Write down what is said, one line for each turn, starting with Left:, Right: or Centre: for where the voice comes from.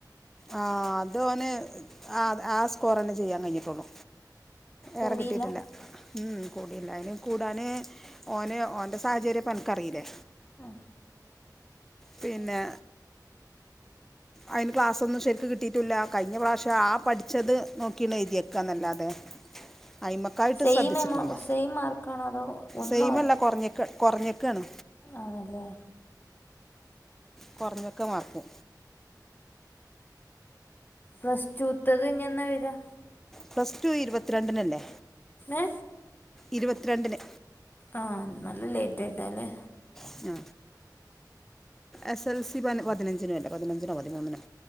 Centre: ആ അത് ഓന് ആ ആ സ്കോർ തന്നെ ചെയ്യാൻ കഴിഞ്ഞിട്ടുള്ളു
Left: കൂടിയില്ല
Centre: ഏറെ കിട്ടിയിട്ടില്ല ഉം കൂടിയില്ല അതിന് കൂടാന് ഓന് ഓന്റെ സാഹചര്യം ഇപ്പോ എനിക്കറിയില്ലേ
Left: ഉം
Centre: പിന്നെ അതിന് ക്ലാസ്സൊന്നും ശെരിക്ക് കിട്ടിട്ടൂല്ല കഴിഞ്ഞ പ്രാവശ്യം ആ പഠിച്ചത് നോക്കി ആണ് എഴുതിയേക്കുന്നല്ലാതെ അയിമക്കായിട്ട്
Left: സെയിം
Centre: ശ്രദ്ധിച്ചിട്ടില്ല
Left: എമൗ സെയിം മാർക്കാണോ അതോ ഒന്നോ
Centre: സെയിമല്ല കുറഞ്ഞേക്ക കൊറഞ്ഞേക്കാണ്.
Left: ആണല്ലേ
Centre: കൊറഞ്ഞേക്കാ മാർക്ക്‌.
Left: പ്ലസ്റ്റൂത്തത് ഇനിയെന്നാ വരുവാ.
Centre: പ്ലസ് ടു ഇരുപത്തിരണ്ടിനല്ലേ?
Left: ഏ
Centre: ഇരുപത്തിരണ്ടിന്.
Left: ആ നല്ല ലേറ്റ് ആയിട്ടാല്ലേ?
Centre: ആ എസ് എൽ സി പ പതിനഞ്ചിനോ അല്ലേ പതിനഞ്ചിനോ പതിമൂന്നിനോ?